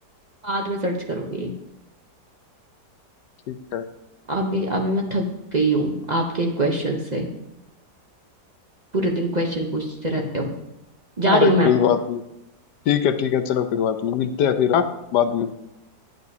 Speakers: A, on the right; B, on the left.
A: बाद में सर्च करूंगी
B: ठीक है
A: अभी अभी मैं थक गई हूँ आपके इन क्वेश्चन से पूरे दिन क्वेश्चन पूछते रहते हो
B: <laughs>
A: जा
B: अरे
A: रही हूँ मैं
B: कोई बात नहीं ठीक है ठीक है चलो कोई बात नहीं मिलते हैं फिर हाँ बाद में